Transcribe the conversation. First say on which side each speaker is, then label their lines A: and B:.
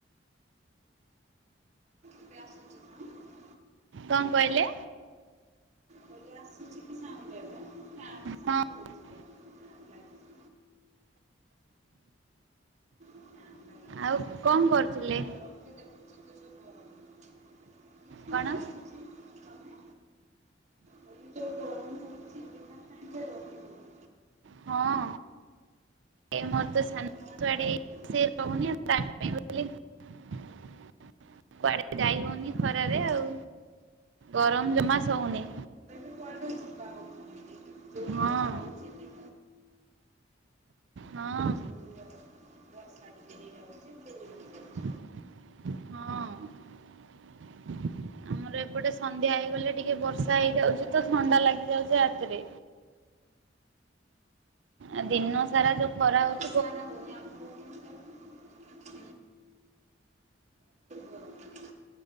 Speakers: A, on the right; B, on the right.
A: ଏବେ ଆସୁଛି ସାଉଣ୍ଡ
B: କଣ କହିଲେ।
A: କହିଲି ଆସୁଛି କି ସାଉଣ୍ଡ ଏବେ ଫ୍ୟାନ
B: ହଁ।
A: ସାଉଣ୍ଡ ହଉଛି ବୋଧେ ଫ୍ୟାନ ଲାଗିଛି ଫ୍ୟାନ ଲାଗିଛି
B: ଆଉ କଣ କରୁଥୁଲେ?
A: ଗରମ ତ ଦେଖୁଛ ତ ଯୋଉ ଗରମ ହଉଛି କିଛି
B: କଣ?
A: ବି ବସୁଛି ତମେ କହିଲି ଯୋଉ ଗରମ ହଉଛି ବିନା ଫ୍ୟାନରେ ରହି ହଉନି
B: ହଁ ମୋର ତ ସାନ
A: ତମ ଆଡେ
B: ଛୁଆଟେ
A: ଗରମ
B: ଏଇ
A: କେମିତି?
B: <inaudible> ସିଏ ରହୁନି। ତା <inaudible> କୁଆଡେ ଯାଇ ହଉନି
A: ହଁ
B: ଖରାରେ ଆଉ ଗରମ ଜମା ସହୁନି।
A: କୁଆଡୁ ଯିବା କଥା ନୁହେଁ, ଯୋଉ
B: ହଁ
A: ଖରା ହଉଚି ଦି
B: ହଁ।
A: ଯୋଉ ଗର ବର୍ଷା ଟିକେ ହେଇଯାଉଛି ଗୁଳୁଗୁଳି
B: <inaudible>
A: ହେଇଯାଉଛି।
B: ହଁ ଆମର ଏପଟେ ସନ୍ଧ୍ୟା ହେଇଗଲେ ଟିକେ ବର୍ଷା ହେଇଯାଉଛି, ତ ଥଣ୍ଡା ଲାଗିଯାଉଛି ରାତିରେ। ଆ ଦିନ ସାରା ଯୋଉ ଖରା ହଉଛ
A: ସାଡେ ହୋଉନି ଆମକୁ କେମିତିଆ ହୋଉନି। ଗରମ ଖରା ତ